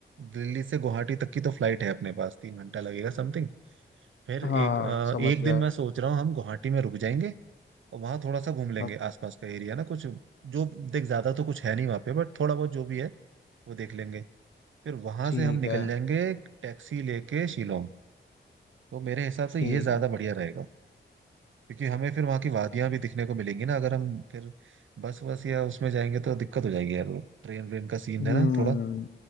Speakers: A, on the right; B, on the left.
A: दिल्ली से गुवाहाटी तक की तो फ्लाइट है अपने पास तीन घंटा लगेगा समथिंग फिर
B: हाँ
A: एक अ,
B: समझ
A: एक
B: गया
A: दिन मैं सोच रहा हूँ हम गुवाहाटी में रुक जाएंगे और वहाँ थोड़ा सा घूम लेंगे
B: अब
A: आसपास का एरिया ना कुछ जो देख ज्यादा तो कुछ है नहीं वहाँ पे बट थोड़ा बहुत जो भी है वो देख लेंगे फिर वहां
B: ठीक
A: से हम निकल
B: है
A: जाएंगे टैक्सी लेके शिलोंग तो मेरे हिसाब से
B: ठीक
A: ये ज्यादा
B: है
A: बढ़िया रहेगा क्योंकि हमें फिर वहाँ की वादियां भी दिखने को मिलेंगी ना अगर हम फिर बस बस या उसमें जाएंगे तो दिक्कत हो जाएगी यार ट्रेन व्रेन का सीन
B: हम्म
A: है ना थोड़ा